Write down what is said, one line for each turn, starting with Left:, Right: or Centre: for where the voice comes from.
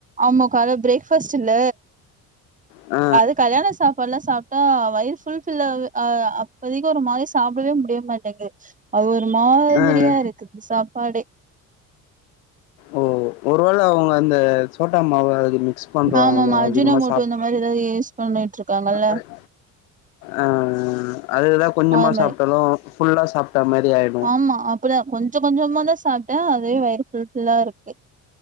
Right: ஆமா கால்ல பிரேக்ஃபாஸ்ட் இல்ல
Left: ஆ
Right: அது கல்யாண சாப்பாடுல்லா சாப்ட்டா வயிறு ஃபுல்பில் ஆவ் அஹ் அப்போதைக்கு ஒரு மாதிரி சாப்டவே முடியாதமாரி து அது ஒரு மாதிரியா
Left: ஆ ஆ
Right: இருக்கு சாப்பாடே
Left: ஓ ஒரு வேள அவங்க அந்த சோட்டா மாவு அது மிக்ஸ் பண்றுவாங்களோ
Right: ஆமாமா
Left: அதுக்கமா
Right: அஜினமோட்டோ
Left: சாப்
Right: இந்த மாரி ஏதாவது யூஸ் பண்ணிட்டு இருக்காங்கல்ல
Left: அஹ் அஹ் அதுக்குதா கொஞ்சமா
Right: அது மாரி
Left: சாப்டாலு ஃபுல்லா சாப்ட்டா மாரி ஆயிட்
Right: ஆமா அப்டிதா கொஞ்சோ கொஞ்சமா கொஞ்சமா தா சாப்ட்டே அதுவே வயிறு புல் ஃபில்லா இருக்கு